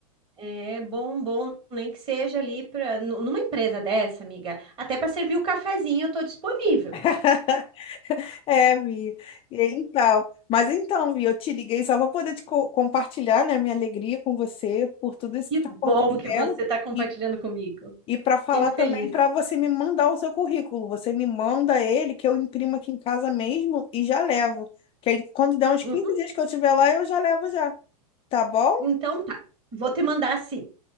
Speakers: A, on the right; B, on the left.
A: é bom, bom, nem que seja ali para numa empresa dessa, amiga. Até para servir o cafezinho, eu tô disponível.
B: <laughs> É, Vi. E aí, Então, mas então, Vi, eu te liguei só para poder te co- compartilhar, né, minha alegria com você por tudo isso
A: Que
B: que está
A: bom
B: acontecendo
A: que você está compartilhando
B: e,
A: comigo.
B: e para falar
A: Fiquei
B: também
A: feliz.
B: para você me mandar o seu currículo. Você me manda ele, que eu imprimo aqui em casa mesmo e já levo. Que aí, quando der uns
A: Uhum.
B: 15 dias que eu estiver lá, eu já levo já. Tá bom?
A: Então tá, vou te mandar sim.